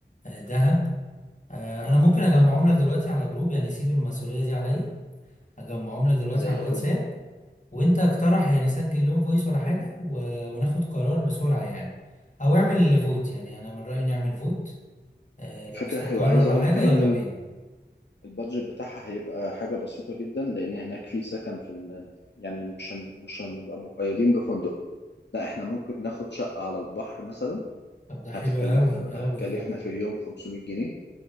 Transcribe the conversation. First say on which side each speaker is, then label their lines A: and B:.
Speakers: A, on the left; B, on the left.
A: آه، دهب آه، انا ممكن اجمعهم لك دلوقتي على جروب يعني سيب المسؤوليه دي عليا اجمعهم لك دلوقتي
B: زي
A: على
B: الفل
A: الواتساب وانت اقترح يعني سجل لهم فويس ولا حاجة و... وناخد قرار بسرعة يعني او اعمل فوت يعني انا من رأيي نعمل فوت آه
B: فكره
A: لو استقر
B: حلوه عايز
A: ولا
B: اقول
A: حاجة
B: لك كمان
A: يلا بينا
B: البادجت بتاعها هيبقى حاجة بسيطة جدا لأن هناك في سكن في الم... يعني مش هن... مش هنبقى مقيدين بفندق لا احنا ممكن ناخد شقة على البحر مثلا
A: طب ده
B: هتكلف
A: حلو اوي
B: هتكلفنا
A: اوي اوي
B: في اليوم 500 جنيه